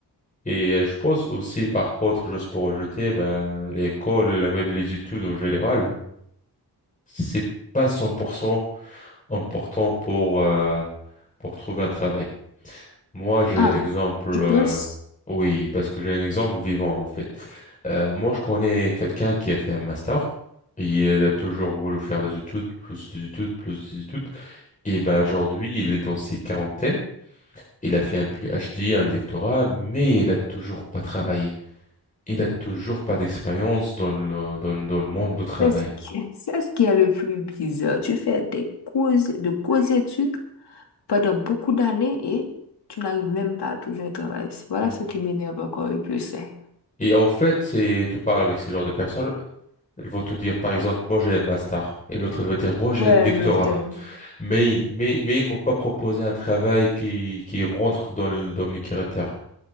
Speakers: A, on the left; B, on the left.
A: Et euh, je pense aussi, par contre, juste pour rejeter, bah, l'école, même les études en général, c'est pas 100% important pour, euh, pour trouver un travail. Moi, j'ai
B: Ah,
A: un exemple, euh,
B: je pense
A: oui, parce que j'ai un exemple vivant, en fait. Euh, moi, je connais quelqu'un qui a fait un master. Et il a toujours voulu faire des études, plus des études, plus des études. Et ben aujourd'hui, il est dans ses quarantaines. Il a fait un PhD, un doctorat, mais il a toujours pas travaillé. Il a toujours pas d'expérience dans le, dans, dans le monde du travail.
B: c'est ce qui, c'est ce qui est le plus bizarre. Tu fais des causes, de causes études pendant beaucoup d'années et tu n'arrives même pas à trouver un travail. Voilà
A: Mm.
B: ce qui m'énerve encore le plus. hein.
A: Et en fait, c'est, tu parles avec ce genre de personnes. Ils vont te dire, par exemple, moi j'ai un master. Et l'autre, il va dire, moi j'ai
B: Ouais,
A: un doctorat.
B: master.
A: Mais, mais, mais ils m'ont pas proposé un travail qui, qui rentre dans, le- dans mes critères.